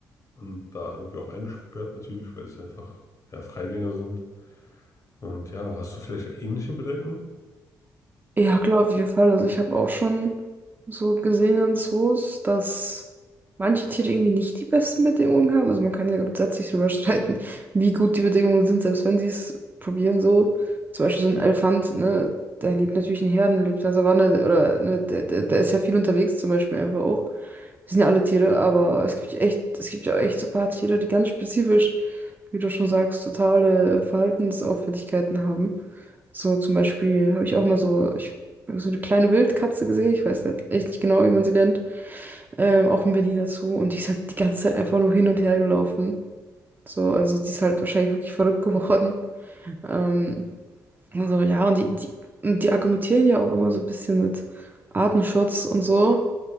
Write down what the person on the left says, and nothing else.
und da irgendwie auch eingesperrt natürlich, weil es einfach ja, Freigänger sind. Und ja, hast du vielleicht ähnliche Bedenken?